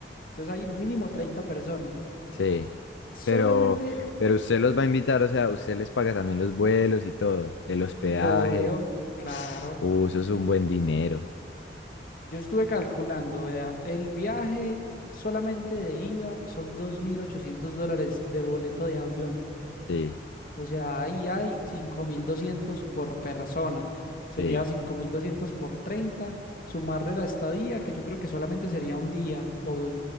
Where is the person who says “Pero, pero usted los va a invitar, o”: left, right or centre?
Left